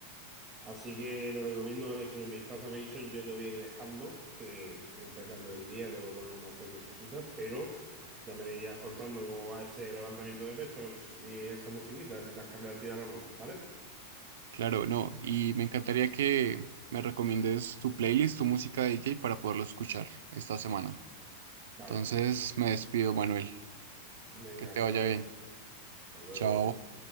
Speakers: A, on the right; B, on the right.
A: Así que te recomiendo que le eches un vistazo a Nation. Yo te voy a ir dejando, que voy empezando el día, tengo que ponerme a hacer mis cositas, pero ya me irás contando cómo va ese levantamiento de pesos y esa musiquita, si te has cambiado el tiro o no, ¿vale?
B: Claro, no, y me encantaría que me recomiendes tu playlist, tu música de DJ para poderlo escuchar esta semana.
A: Claro.
B: Entonces, me despido, Manuel.
A: Venga,
B: Que te
A: fenómeno.
B: vaya bien.
A: Hasta luego.
B: Chao.